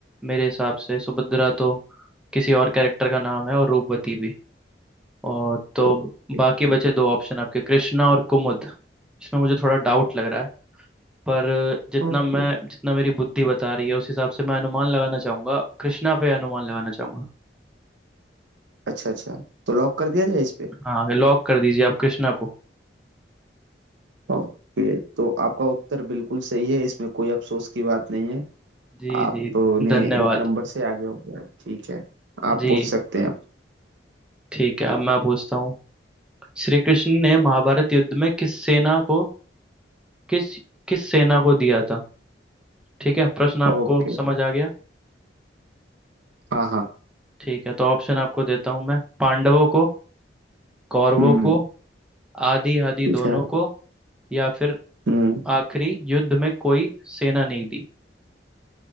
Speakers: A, in the centre; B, on the right.
A: मेरे हिसाब से सुभद्रा तो किसी और कैरेक्टर का नाम है और रूपवती भी और तो
B: ओके
A: बाकी बचे दो ऑप्शन आपके कृष्णा और कुमुद इसमें मुझे थोड़ा डाउट लग रहा है पर जितना
B: ओके,
A: मैं जितना मेरी बुद्धि बता रही है उस हिसाब से मैं अनुमान लगाना चाहूंगा कृष्णा पे अनुमान लगाना चाहूंगा
B: अच्छा अच्छा तो लॉक कर दिया जाए इस पे
A: हाँ लॉक कर दीजिए आप कृष्णा को
B: ओके तो आपका उत्तर बिल्कुल सही है इसमें कोई अफसोस की बात नहीं है
A: जी
B: आपने
A: जी धन्यवाद
B: एक नंबर से आगे हो गया ठीक है आप
A: जी
B: पूछ सकते हैं
A: ठीक है अब मैं पूछता हूँ श्री कृष्ण ने महाभारत युद्ध में किस सेना को किस किस सेना को दिया था ठीक है प्रश्न आपको
B: ओके
A: समझ आ गया
B: हाँ हाँ
A: ठीक है तो ऑप्शन आपको देता हूँ मैं पांडवों को कौरवों
B: हम्म
A: को आदि आदि
B: ठीक
A: दोनों
B: है
A: को या फिर
B: हम्म
A: आखिरी युद्ध में कोई सेना नहीं दी